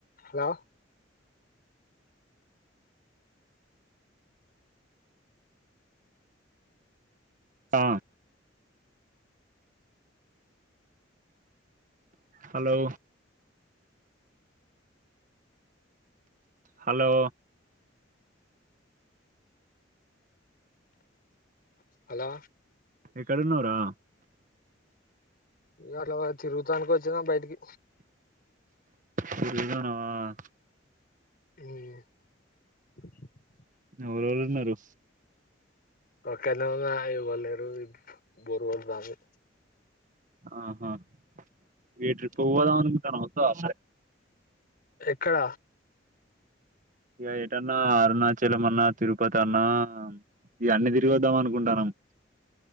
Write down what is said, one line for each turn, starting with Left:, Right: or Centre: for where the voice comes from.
Left: Hello
Right: ఆ hello hello
Left: hello
Right: ఎక్కడున్నవరా
Left: ఎ అట్ల వడ్ తిరుగుతానికి వచ్చిన బయిటికి
Right: తిరుగుతన్నవః
Left: హ్మ్
Right: ఎవరెవరు ఉన్నారు
Left: ఒకన్నే ఉన్నా ఎవర్ లేరు బోర్ గొడ్తంది
Right: ఆహా వి ట్రిప్పు పొందమనుకుంటున్నా ఒస్తవ
Left: క్కడ
Right: ఇగ ఏటన్నా అరుణాచలం అన్నా తిరుపతి అన్నా ఇవన్నీ తిరిగి వద్దాం అనుకుంటాన్నాం